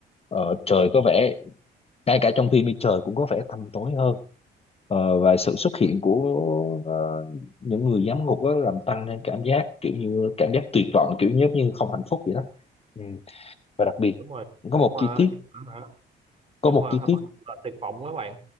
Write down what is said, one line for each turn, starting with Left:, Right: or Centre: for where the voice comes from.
Left: ờ, trời có vẻ ngay cả trong phim đi trời cũng có vẻ tăm tối hơn Ờ, và sự xuất hiện của ờ, những người giám ngục đó làm tăng lên cảm giác kiểu như cảm giác tuyệt vọng kiểu giống như không hạnh phúc vậy đó ừ. và đặc biệt
Right: đúng rồi
Left: có
Right: nhưng
Left: một
Right: mà
Left: chi tiết
Right: nhưng mà hả,
Left: có
Right: nhưng
Left: một
Right: mà
Left: chi tiết
Right: mặc dù là tuyệt vọng các bạn